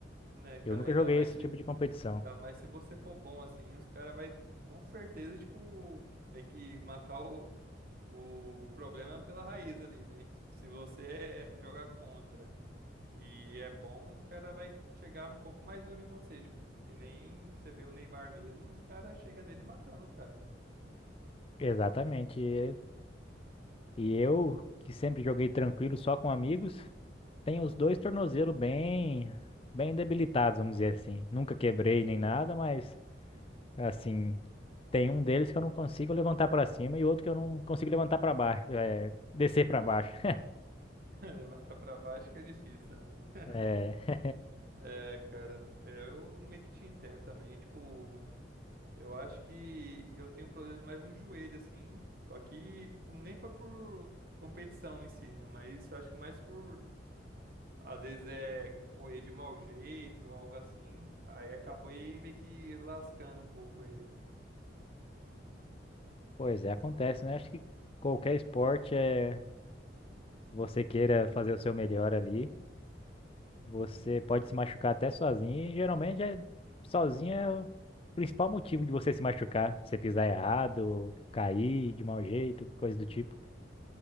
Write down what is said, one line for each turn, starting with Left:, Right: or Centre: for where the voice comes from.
Right: Né, cara,
Left: Eu nunca
Right: ainda
Left: joguei
Right: mais
Left: esse
Right: se,
Left: tipo de competição.
Right: ainda mais se você for bom assim, os caras vai com certeza, tipo, meio que matar o, O problema é pela raiz ali, né? Se você é- jogar contra e é bom, os caras vai chegar um pouco mais duro em você, tipo, que nem que você vê o Neymar mesmo, os caras chegam nele matando, cara.
Left: Exatamente. E e eu, que sempre joguei tranquilo, só com amigos, tenho os dois tornozelos bem, bem debilitados, vamos dizer assim. Nunca quebrei nem nada, mas assim, tem um deles que eu não consigo levantar pra cima e outro que eu não consigo levantar pra baixo, é, descer pra baixo.
Right: <laughs> Levantar pra baixo que é difícil também, né?
Left: <laughs>
Right: É, cara, é, eu meio que te entendo também, tipo, eu acho que eu tenho problemas mais no joelho, assim, só que, tipo, nem foi por competição em si, né? Mas eu acho que mais por Às vezes é correr de mau jeito ou algo assim. Aí acabei meio que lascando um pouco ele.
Left: Pois é, acontece, né? Acho que qualquer esporte é que você queira fazer o seu melhor ali. Você pode se machucar até sozinho, e geralmente é sozinho é o principal motivo de você se machucar. Você pisar errado, ou cair de mau jeito, coisa do tipo.